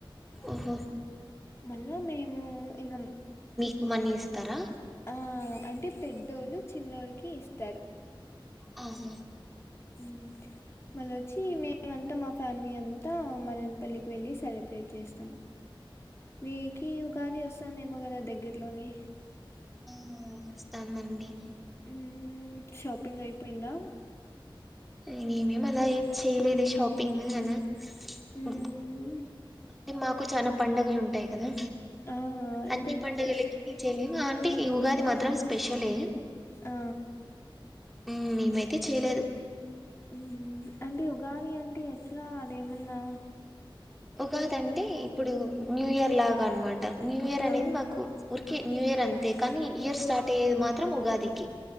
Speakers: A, in the centre; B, on the left.
A: ఓహో
B: మళ్ళా మేము ఇంగ
A: కు వన్నీ ఇస్తారా
B: ఆ అంటే పెద్దోళ్ళు చిన్నోల్ల కి ఇస్తారు
A: ఆహా
B: హ్ మల్లోచ్చి మేమ అంతా మా ఫ్యామిలీ అంతా మదన్పల్లికి వెళ్ళి సెలబ్రేట్ చేస్తాం. వి కి ఉగాది వస్తాందేమో గాదా దగ్గరలోని
A: <unintelligible> వస్తాందండి
B: ఉమ్ షాపింగ్ అయిపోయిందా
A: హ్ మేమేం అలా ఏం చేయలేదు షాపింగ్ ను అనా
B: హ్మ్
A: ఓ. అంటే మాకు చానా పండగలు ఉంటాయి కదా.
B: ఆ అంటే
A: అన్ని పండుగలకి
B: ప్రతి
A: చేయం అంటే ఉగాది మాత్ త్రం స్పెషలే
B: ఆ
A: ఉమ్ మేము అయితే చేయలేదు.
B: హు హు అంటే ఉగాది అంటే ఎట్లా అది ఏమన్నా
A: ఉగాదంటే ఇప్పుడు న్యూ ఇయర్ లాగా అన్న మాట న్యూ ఇయర్ అనేది
B: ఆ
A: మాకు కి న్యూ ఇయర్ అంతే కానీ ఇయర్ స్టార్ట్ అయ్యేది మాత్రం ఉగాదికి